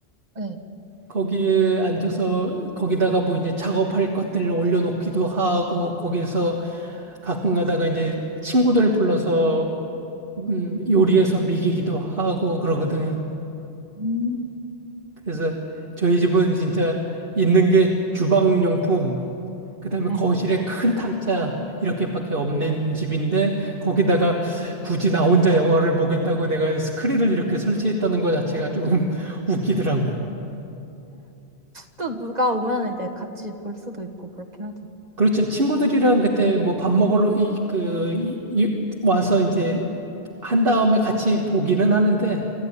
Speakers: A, on the right; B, on the right.
A: 네.
B: 거기에 앉아서 거기다가 뭐 이제 작업할 것들을 올려놓기도 하고 거기에서 가끔 가다가 이제 친구들 불러서 음, 요리해서 미기기도 하고 그러거든요.
A: 음.
B: 그래서 저희 집은 진짜 있는 게 주방용품, 그다음에
A: 네.
B: 거실에 큰 탁자 이렇게밖에 없는 집인데 거기다가 굳이 나 혼자 영화를 보겠다고 내가 스크린을 이렇게 설치했다는 것 자체가 조금 <laughs> 웃기더라고요.
A: 또 누가 오면 이제 같이 볼 수도 있고 그렇긴
B: 그렇죠. 친구들이랑 그때 뭐 밥 먹으러 이, 그, 이, 이- 와서 이제 한 다음에 같이 보기는 하는데,